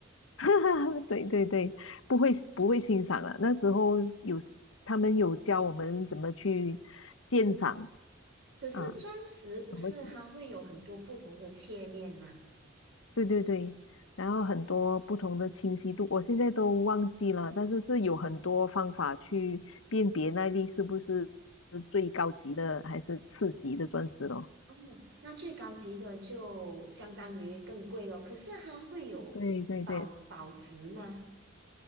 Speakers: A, on the left; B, on the right.
A: <laughs> 对对对，不会不会欣赏了。那时候有 s- 他们有教我们怎么去鉴赏
B: <laughs> 可是钻石不是它会有很多不同的切面吗？
A: 啊，怎么写？对对对。然后很多不同的清晰度，我现在都忘记了，但是是有很多方法去辨别那粒是不是最高级的还是次级的钻石咯。
B: 哦，那最高级的就相当于更贵咯。可是它会有保保值吗？
A: 对对对，